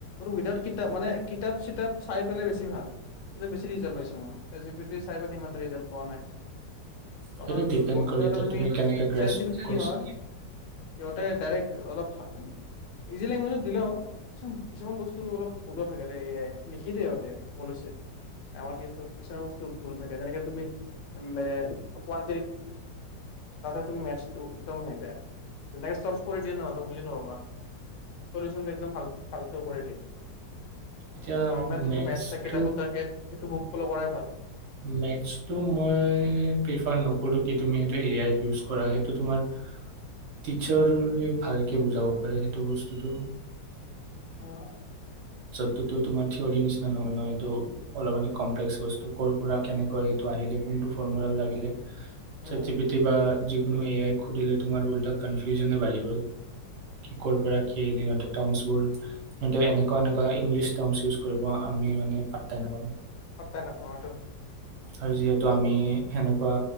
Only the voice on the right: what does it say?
সেইটো ডিপেণ্ড
কৰে
এতিয়া
কেনেকৈ গ্ৰেছ
কৰিছা।
এতিয়া
মেথড
মেটছ টো মই প্ৰীফাৰ নকৰো কিন্তু, এইটো মে তে এই আই ইউছ কৰা সেইটো তোমাৰ টিচাৰ ভালকে বুজাব পাৰে সেইটো বস্তুটো।
তো তোমাৰ থিয়ৰ নিচিনা নহয় নয়টোএইটো অলপ মানি কমপ্লেক্স বস্তু। ক'ৰ পৰা কেনেকৈ এইটো আহিলে কোনটো ফৰ্মুলাত লাগিলে। Chat
G P T বা যি কোনো এ আই খুলিলে তোমাৰ উলটা কনফিউজয়ে বাঢ়িব। ক'ৰ পৰা কি সিহঁতে টমছবোৰ হেতে এনেকুৱা এনেকুৱা ইংলিছ টাৰ্মছ ইউছ কৰিব আমি মানে পাত্তাই নাপাম
আৰু যিহেতু আমি সেনেকুৱা